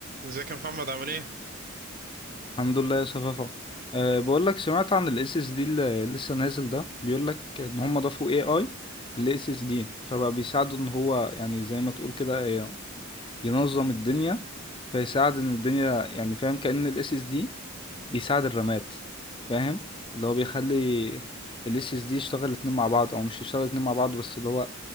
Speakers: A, on the right (about 45°); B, on the left (about 25°).
A: ازيك يا محمد عامل ايه؟
B: الحمد لله يا صفافة أه بقول لك سمعت عن الاس اس دي اللي لسه نازل ده بيقول لك ان هم ضافوا اي اي للاس اس دي فبقى بيساعده ان هو يعني زي ما تقول كده ي- ينظم الدنيا فيساعد
A: مم.
B: ان الدنيا يعني فاهم كأن الاس اس دي بيساعد الرامات فاهم اللي هو بيخلي الاس اس دي يشتغل الاتنين مع بعض او مش يشتغل الاتنين مع بعض بس اللي هو